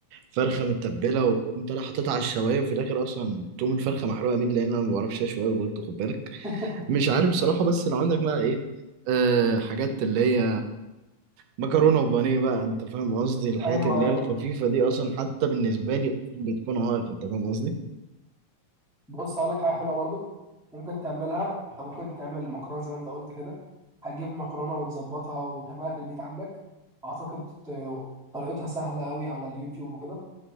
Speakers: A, on the right; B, in the centre.
A: فرخة متبلة وأقوم طالع حاططها على الشواية وفي الآخر أصلا تقوم الفرخة محروقة مين لأن أنا ما بعرفش أشوي أوي برضه خد بالك
B: <laughs>
A: مش عارف بصراحة بس لو عندك بقى ايه أه حاجات اللي هي مكرونة وبانيه بقى انت فاهم قصدي الحاجات
B: ايوه
A: اللي
B: ايوه
A: هي الخفيفة دي اصلا حتى بالنسبة لي أصلاً بتكون عائق انت فاهم قصدي
B: بص هقول لك حاجه حلوه برضك ممكن تعملها انت ممكن تعمل مكرونه زي ما انت قلت كده هتجيب مكرونه وتظبطها وتعملها في البيت عندك اعتقد ت- طريقتها سهله قوي على اليوتيوب وكده